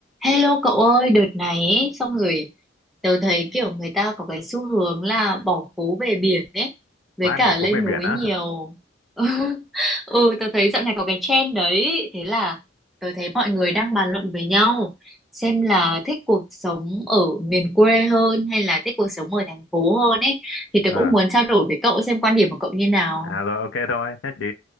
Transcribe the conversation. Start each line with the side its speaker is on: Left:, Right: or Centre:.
Centre: Hello cậu ơi, đợt này ấy, xong rồi tớ thấy kiểu người ta có cái xu hướng là bỏ phố về biển ấy, với
Left: vãi
Centre: cả
Left: bỏ
Centre: lên
Left: phố về
Centre: núi
Left: biển á
Centre: nhiều. <laughs> Ừ, tớ thấy dạo này có cái trend đấy, thế là tớ thấy mọi người đang bàn luận với nhau xem là thích cuộc sống ở miền quê hơn hay là thích cuộc sống ở thành phố hơn ấy, thì tớ
Left: ờ
Centre: cũng muốn trao đổi với cậu xem quan điểm của cậu như nào.
Left: à rồi ok thôi thế chị